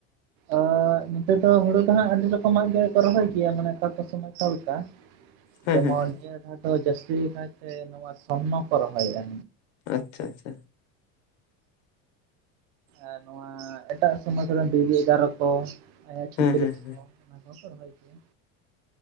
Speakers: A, on the right; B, on the left.
A: ᱚᱻ ᱱᱚᱛᱮ ᱫᱚ ᱦᱩᱲᱩ ᱫᱚ ᱦᱟᱸᱜ ᱟᱹᱰᱤ ᱨᱚᱠᱚᱢᱟᱜ ᱜᱮᱠᱚ ᱨᱚᱦᱚᱭ ᱜᱮᱭᱟ ᱢᱟᱱᱮ ᱚᱠᱟ ᱠᱚ ᱥᱚᱢᱚᱭ ᱚᱠᱟ ᱞᱮᱠᱟ᱾
B: ᱦᱮᱸ
A: ᱡᱮᱢᱚᱱ
B: ᱦᱮᱸ ᱦᱮᱸ
A: ᱱᱤᱭᱟᱹ ᱫᱷᱟᱣ ᱫᱚ ᱡᱟᱹᱥᱛᱤ ᱠᱟᱭᱛᱮ ᱱᱚᱣᱟ ᱥᱚᱨᱱᱚ ᱠᱚ ᱨᱚᱦᱚᱭᱮᱫ-ᱟ᱾
B: ᱟᱪᱪᱷᱟ ᱟᱪᱪᱷᱟ ᱾
A: ᱟᱨ ᱱᱚᱣᱟ ᱮᱴᱟᱜ ᱥᱚᱢᱚᱭ ᱠᱚᱨᱮ ᱰᱤᱵᱤ ᱮᱜᱟᱨᱚ ᱠᱚ ᱾ ᱟᱨ ᱪᱷᱚᱛᱛᱨᱤᱥ
B: ᱦᱮᱸ ᱦᱮᱸ ᱦᱮᱸ
A: ᱠᱚ ᱚᱱᱟ ᱠᱚ ᱦᱚ ᱠᱚ ᱨᱚᱦᱚᱭ ᱜᱮᱭᱟ᱾